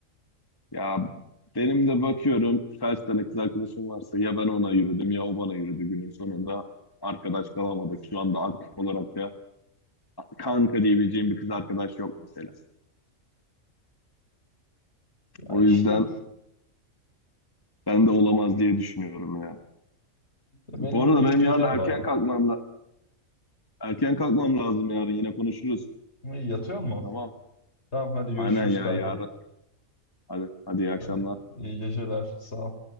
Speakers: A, on the left; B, on the left.
A: Ya Benim de bakıyorum kaç tane kız arkadaşım varsa ya ben ona yürüdüm ya o bana yürüdü günün sonunda. Arkadaş kalamadık. Şu anda aktif olarak da kanka diyebileceğim bir kız arkadaş yok mesela.
B: Ya
A: O
B: işte
A: yüzden ben de olamaz diye düşünüyorum ya.
B: benim
A: Bu arada
B: düşüncem
A: benim yarın erken
B: de aynı.
A: kalkmam la- erken kalkmam lazım yarın yine konuşuruz.
B: Yatıyor mu?
A: Tamam.
B: Tamam hadi görüşürüz
A: Aynen ya
B: kanka.
A: yarın. Hadi hadi iyi akşamlar.
B: Hadi iyi geceler. Sağ ol.